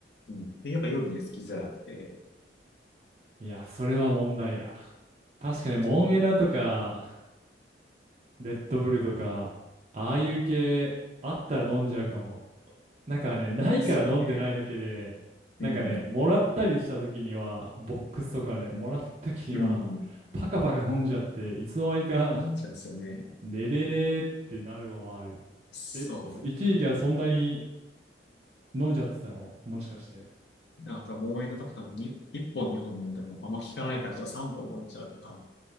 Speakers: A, on the left; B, on the right.
A: うん。で、やっぱ夜ね、好きづらくて、
B: いや、それは問題や。確かにモンエナとか、
A: そう
B: レッドブルとか、ああいう系あったら飲んじゃうかも。なんかね、ないから飲んでないだけで、
A: ですよね。うん。
B: なんかね、もらったりした時には、ボックスとかね、もらった時には、
A: うん。
B: パカパカ飲んじゃって、いつの間にか、
A: 飲んじゃうんですよね。
B: 寝れねえってなるのはある。
A: そう。
B: え、一時期はそんなに飲んじゃってたのもしかして。
A: あともう映画とか多分に、1本二本飲んでもあんま効かないから、じゃあ3本飲んじゃうとか、